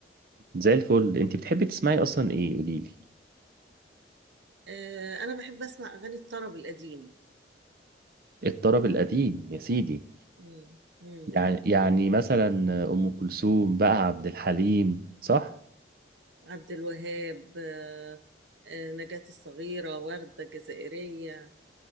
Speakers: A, on the right; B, on the right.
A: زي الفل انت بتحبي تسمعي أصلا ايه قوليلي؟
B: اه انا بحب اسمع اغاني الطرب القديم
A: الطرب القديم يا سيدي
B: مم. مم.
A: يعني يعني مثلا أم كلثوم بقى عبد الحليم صح؟
B: عبد الوهاب اه آه، نجاة الصغيرة وردة الجزائرية